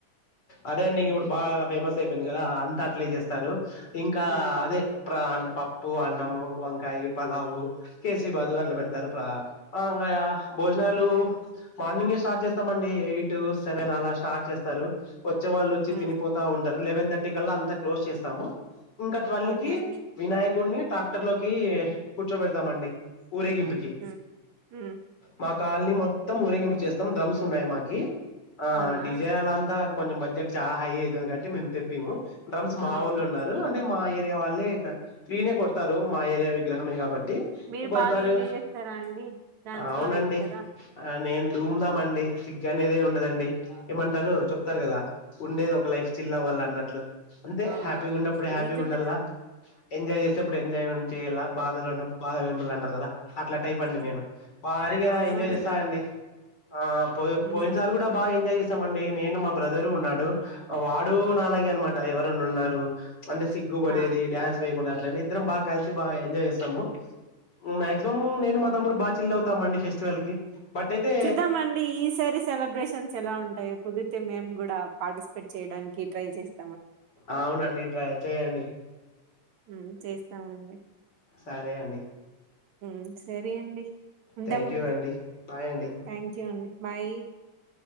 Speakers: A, on the left (about 35°); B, on the right (about 70°).
A: అదే అండి ఇంగ్ ఇప్పుడు బాగా, ఫేమస్ అయిపోయింద్. గాదా అంతా అట్లే చేస్తారు. ఇంకా
B: ఉమ్
A: అదే ట్రాన్, పప్. ప్పు, అన్నము, వంకాయి, పలావు, కేసరి బాదు అట్లా పెడతారు. ప్రా అవుం యా భోజనాలు. మార్నింగే స్టార్ట్ చేస్తామండి. ఎయిట్, సెవెన్ అలా స్టార్ట్ చేస్తారు. ఓచ్చే వాళ్ళు ఓచ్చి తినిపోత
B: ఉమ్
A: ఉంటారు. లేదన్ సిక్స్ థర్టీ కల్లా అంతా క్లోజ్ చేస్తాము. ఇంకా ట్వెల్వ్
B: ఓకే
A: కి
B: అండి
A: వినాయకుడిని. ట్రాక్టర్ లోకి కూర్చోబెడతామండి. ఊరేగింపుకి
B: ఉమ్ ఉమ్
A: మా కాలనీ మొ త్తం ఊరేగింపు చేస్తం డ్రమ్స్ ఉన్నాయి మాకి ఆ
B: అవునా
A: డిజె అలా అంతా కొంచం బడ్జెట్ చాలా హై అవుతాది కాట్టి మేము తెప్పిము డ్రమ్స్ మా
B: అవునవును
A: వాళ్ళు ఉన్నారు అంటే మా ఏయా వాళ్ళే ఫ్రీ నే కొడతారు మా ఏరియా విగ్రహమే కాబట్టి
B: మీరు
A: కొడతారు
B: బాగా ఎంజాయ్ చేస్తారా అండి డ్యాన్స్
A: అవునండి
B: బాగా చేస్తారా
A: ఆ నేను దూమ్ దామం అండి సిగ్ అనేదే ఉండదండి ఏమంటారు చెప్తారు కదా ఉండేది ఒక లైఫ్ చిల్ల వాళ్ళు అన్నట్లు. అంతే
B: అవునవును
A: హ్యాపీగా ఉన్నప్పుడు
B: అది
A: హ్యాపీగా
B: నిజమే
A: ఉండలా.
B: అండి
A: ఎంజాయ్ చేసేప్పుడు ఎంజాయ్ చేయాల బాధలో ఉన్నపుడు బాధా ఉండాల అంటారు కదా. అట్లా టైప్ అండి
B: హ్మ్.
A: నేను భారీగా
B: అవునవునండి
A: ఎంజాయ్ చేస్తా. ఇంకా అండి ఆ పోయి
B: ఉమ్
A: పోయిన సారీ కూడా బాగా ఎంజాయ్ చే స్తామండి నేను మా బ్రదరు ఉన్నాడు వాడు నాలాగే అనమాట ఎవరైనా ఉన్నారు. అంటే సిగ్గు పడేది
B: ఆ
A: డ్యాన్స్ వేయకుండా ఇట్లానే ఇద్దరం బాగా కలిసి బాగా ఎంజాయ్ చేస్తాము. మాక్సిమం నేను మా తమ్ముడు బాగా చిల్ అవుతామండి ఫెస్టివల్ కి. బట్ అయితే
B: చూద్దామండి ఈసారి సెలబ్రేషన్స్ ఎలా ఉంటాయో కుదిరితే మేము కూడా పార్టిసిపేట్ చేయడానికి ట్రై చేస్త
A: అవునండి ట్రై చెయ్యండి.
B: హ్మ్ చేస్తామండి.
A: సరే అండి
B: హ్మ్ సరే అండి ఉంటామండి
A: థ్యాంక్ యూ అండి బాయ్ అండి
B: థ్యాంక్ యూ అండి. బాయ్.